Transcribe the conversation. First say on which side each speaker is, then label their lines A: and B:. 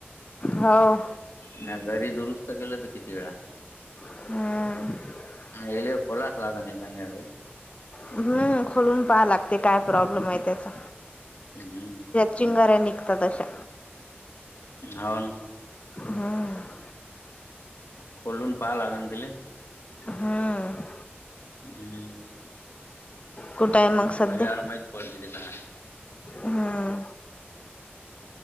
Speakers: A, on the left; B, on the left.
A: हाव.
B: म्या घरी दुरुस्त केलं हुतं किती वेळा.
A: हम्.
B: आयल्या खोलास लागन एखाद्या वेळस.
A: हम्म खोलून पहा लागते काय प्रॉब्लेम हाय त्याचा.
B: हम्म
A: चीगाऱ्या नीघतात अशा.
B: हाव ना
A: हम्म
B: खोलुन पाह लागन त्याले.
A: हम्.
B: हम्.
A: कुठाय मग? सध्या
B: पडल्यावर माहीत पडते ते काय
A: हम्म